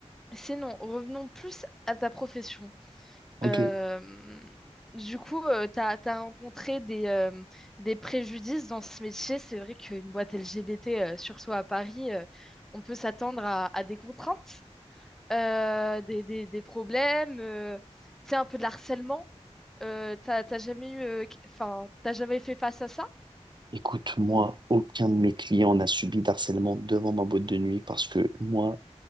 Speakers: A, in the centre; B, on the right (about 40°).
A: sinon, revenons plus à ta profession.
B: ok.
A: Euh, du coup, euh, t'as, t'as rencontré des, euh, des préjudices dans ce métier. C'est vrai qu'une boîte LGBT, euh, surtout à Paris, euh, on peut s'attendre à à des contraintes. euh, des, des, des problèmes, euh, tu sais, un peu de harcèlement. Euh, t'as, t'as jamais eu, euh, qu- enfin, t'as jamais fait face à ça?
B: Écoute, moi, aucun de mes clients n'a subi d'harcèlement devant ma boîte de nuit parce que moi,